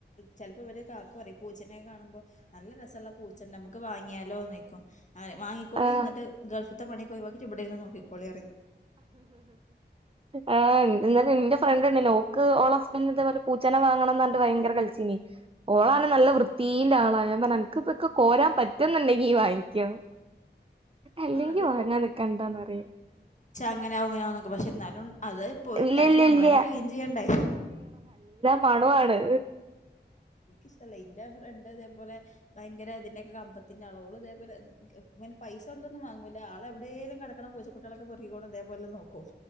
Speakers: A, on the left (about 40°); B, on the right (about 30°).
A: ചിലപ്പോ അവരെ കാക്കു പറയും പൂച്ചനെ കാണുമ്പോ നല്ല രസള്ള പൂച്ചണ്ട്‌ നമക്ക് വാങ്ങിയാലോന്ന് യ്ക്കും നാ പറിം വാങ്ങിക്കോളി
B: ആഹ്
A: ന്നട്ട് ഗൾഫ് ഇത്ത പണി ക്കെ ഒഴിവാക്കിട്ട് ഇടെന്ന് നോക്കി ക്കോളി
B: ആ എന്ത് ന നിന്റെ ഫ്രണ്ട് ഉണ്ട് നോക്ക് ഓള് ഹസ്ബൻഡ ഇ പൂച്ചന വാങ്ങണം. പറഞ്ഞിട്ട്. ഭയങ്കര കറച്ചിലായ്‌ ഓള നല്ല വൃത്തിന്റെ ആളാ അ നക്ക് ഇതൊക്കെ കോരാൻ പറ്റൊ. പറ്റന്നുണ്ടെങ്കി വാങ്ങിക്കോ അല്ലെങ്കി
A: ആ അത്
B: വാങ്ങാ നിക്കണ്ടന്നറിയും.
A: അങ്ങനെവും ഇങ്ങനെ വും ന്നൊക്കെ പക്ഷെ ന്നാലും അത് പോയിട്ടാലും
B: ഇല്ല ഇല്ല
A: ഞമ്മളന്നെ
B: ഇല്ല
A: ക്ലീൻ ചെയ്യണ്ടെ
B: മണുവാണ്.
A: ഇഷ്ടല്ല ഇന്റെറെ ഫ്രണ്ട് അതേപോലെ. ഭയങ്കര ഇതിന്റെ ഒക്കെ കമ്പത്തിന്റെ അളള ഇതേപോലെങ്ങനെ പൈസ കൊടുത്തൊന്നുംവാങ്ങൂല്ല ആളെ എവിടെേങ്കലും കിടക്ക്ണ പൂച്ച കുട്ടികളൊക്കെറുകികോണം ഇതേപോലെ നോക്കും